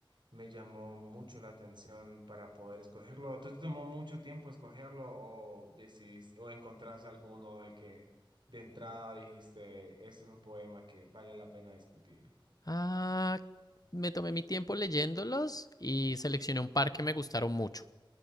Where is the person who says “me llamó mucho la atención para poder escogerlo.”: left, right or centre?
Right